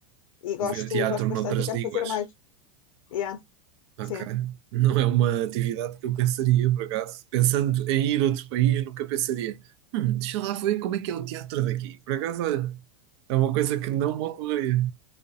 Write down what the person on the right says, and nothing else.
Ver teatro
noutras
línguas.
Ok.
Não é uma atividade que eu pensaria, por acaso. Pensando em ir a outro país, nunca pensaria. Hum, deixa lá ver como é que é o teatro daqui. Por acaso, olha, é uma coisa que não me ocorreria.